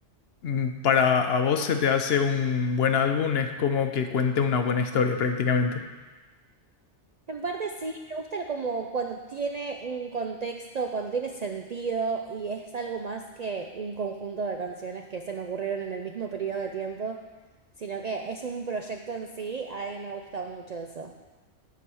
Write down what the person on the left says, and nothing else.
mm, para a vos se te hace un buen álbum es como que cuente una buena historia prácticamente.